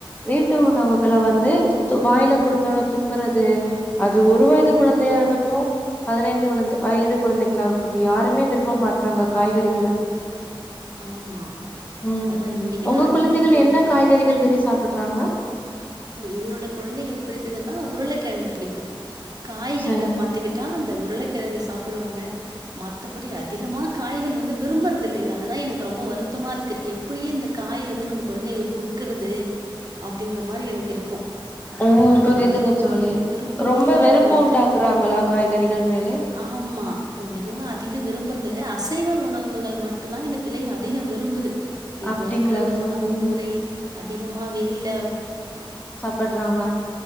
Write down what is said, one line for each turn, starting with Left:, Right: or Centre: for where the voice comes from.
Left: வீட்டு உணவுகள வந்து வாயில குடுத்தவொன்ன துப்புறது அது ஒரு வயது குழந்தையா இருக்கட்டோ பதினைந்து வளந்து வயது குழந்தகளா இருக்கட்டோ யாருமே விரும் விரும்ப மாட்டறாங்க காய்கறிகள
Right: ஆமா
Left: ம்
Right: அதா இன்னிக்கிதா
Left: உங்க
Right: அனுப்பி
Left: குழந்தைகள்
Right: விட்டு இருக்கே
Left: என்ன காய்கறிகள் விரும்பி சாப்புட்றாங்க
Right: என்னோட கொழந்தைகுளுக்கு பிடித்ததுன்னா உருளைக்கிழங்கு பிடிக்கோ காய்கல
Left: சரி
Right: பாத்துக்கிட் ட்டா அந்த உருளைக்கெழங்கு சாப்புடுவாங்க மத்தபடி அதிகமா காய்கள் வந்து விரும்புறதில்லைங்க அ துதா எனக்கு ரொம்ப வருத்தமா இருக்கு எப்டியே இந்த காய் வந்து நம்ம கொழந்தைகளுக்கு குடுக்கறது அப்டீங்குற மாரி எனக்கு இருக்கோ
Left: ம்
Right: அது
Left: புரியுதுங்க
Right: வெரும்
Left: தோழி
Right: விருப்பமே
Left: ரொம்ப
Right: இல்ல
Left: வெறுப்பு
Right: அவுங்குளுக்கு
Left: உண்டாக்குறாங்களா காய்கறிகள் மேலே
Right: ஆமா வெறும் அதிகோ விரும்புறத் திலே அசைவ உணவுகள் மட்டுந்தா இந்த பிள்ளைகள் அதிகோ விரும்புது இப்ப
Left: அப்டிங்களா
Right: இருக்குற அந்த
Left: தோழி
Right: உணவு முறை அதிகமா வெளில
Left: பட்றாங்க